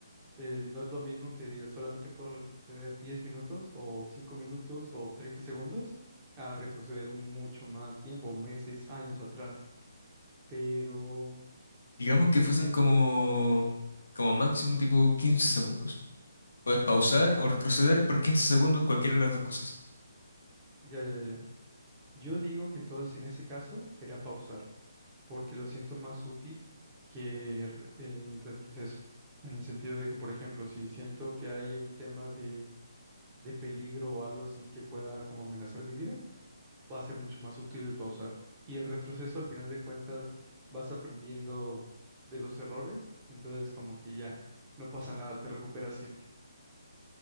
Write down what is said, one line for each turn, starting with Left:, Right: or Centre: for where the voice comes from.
Right: eh, no es lo mismo que diga solamente puedo retroceder 10 minutos o 5 minutos o 30 segundos a retroceder mucho más tiempo, meses, años atrás. Pero
Left: Digamos
Right: yo
Left: que fuesen
Right: siento...
Left: como, como máximo tipo 15 segundos. Puedes pausar
Right: Ah,
Left: o
Right: ok,
Left: retroceder por 15 segundos cualquiera de las dos cosas.
Right: ya, ya, ya. Yo digo que entonces en ese caso será pausar, porque lo siento más útil que r- el retroceso. En el sentido de que, por ejemplo, si siento que hay un tema de, de peligro o algo así que pueda como amenazar mi vida, va a ser mucho más útil el pausar. Y el retroceso, al final de cuentas, vas aprendiendo de los errores, entonces como que ya no pasa nada, te recuperas siempre.